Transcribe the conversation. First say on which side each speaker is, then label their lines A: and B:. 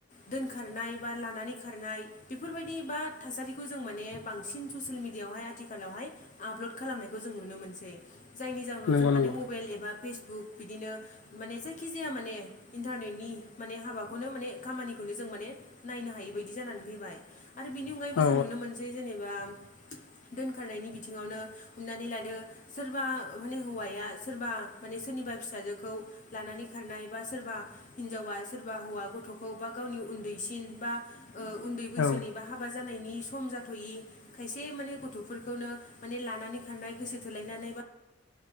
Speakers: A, on the left; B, on the left.
A: दोनखारनाय बा लानानै खारनाय बेफोरबायदि बा थासारिखौ जों माने बांसिन ससियेल मिडियायावहाय आथिखालावहाय आपलड खालामनायखौ जों नुनो मोनसै। जायनि जाउनाव
B: नंगौ
A: जों माने
B: नंगौ
A: मबाइल एबा फेसबुक बिदिनो माने जायखिजाया माने इन्टारनेटनि माने हाबाखौनो माने खामानिखौनो जों माने नायनो हायि बायदि जानानै फैबाय आरो बिनि अनगायैबो
B: औ
A: जों नुनो मोनसै जेनेबा दोनखारनायनि बिथिङावनो हमनानै लादो सोरबा माने हौवाया सोरबा माने सोरनिबा फिसाजोखौ लानानै खारनाय बा सोरबा हिनजावा सोरबा हौवा गथ'खौ बा गावनि उन्दैसिन बा ओ उन्दै बैसोनि
B: औ
A: बा हाबा जानायनि सम जा थ'यि खायसे माने गथ'फोरखौनो माने लानानै खारनाय गोसोथोलायनानै बा